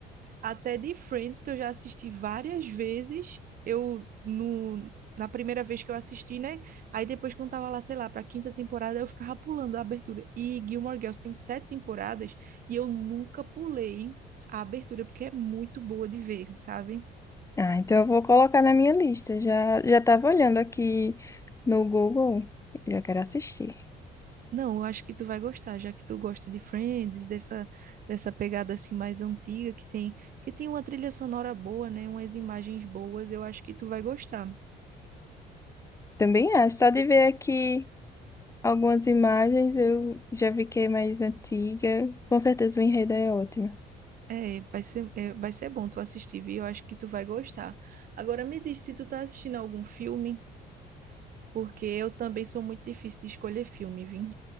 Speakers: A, on the right; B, on the left.
A: até de Friends, que eu já assisti várias vezes, eu no, na primeira vez que eu assisti, né? Aí depois quando tava lá, sei lá, pra quinta temporada, eu ficava pulando a abertura. E Gilmore Girls tem sete temporadas e eu nunca pulei a abertura, porque é muito boa de ver, sabe?
B: Ah, então eu vou colocar na minha lista. Já, já tava olhando aqui no Google. Já quero assistir.
A: Não, eu acho que tu vai gostar, já que tu gosta de Friends, dessa, dessa pegada assim mais antiga, que tem, que tem uma trilha sonora boa, né? Umas imagens boas, eu acho que tu vai gostar.
B: Também acho. Só de ver aqui algumas imagens, eu já vi que é mais antiga. Com certeza o enredo é ótimo.
A: É, vai ser, é, vai ser bom tu assistir, viu? Eu acho que tu vai gostar. Agora me diz se tu tá assistindo algum filme, porque eu também sou muito difícil de escolher filme, viu?